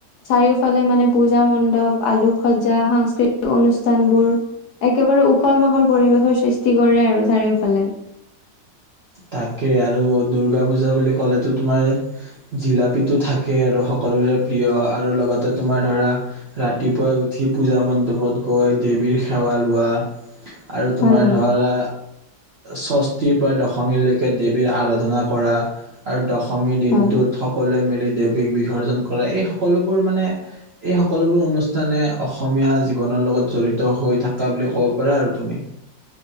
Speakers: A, on the left; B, on the right.
A: চাৰিওফালে মানে পূজা মণ্ডপ আলোকসজা সাংস্কৃতিক অনুষ্ঠানবোৰ একেবাৰে উখল মাখল পৰিৱেশৰ সৃষ্টি কৰে আৰু চাৰিওফালে।
B: থাকে আৰু দুৰ্গা পূজা বুলি ক'লেতো তোমাৰ জিলাপীটো থাকে আৰু সকলোৰে প্ৰিয় আৰু লগতে তোমাৰ ধৰা ৰাতিপুৱাই উঠি পূজা মণ্ডপত গৈ দেৱীৰ সেৱা লোৱা আৰু তোমাৰ
A: হয় হয়
B: ধৰা স্বস্তিৰ পৰা ড দশীলৈকে দেৱীৰ আৰাধনা কৰা, আৰু দ অসমী দিনটোত
A: হয়
B: সকলোৱে মিলি দেৱীক বিসৰ্জন কৰা এই সকলোবোৰ মানে এই সকলোবোৰ অনুষ্ঠানে অসমীয়া জীৱনৰ লগত জড়িত হৈ থকা বুলি ক'ব পাৰা আৰু তুমি।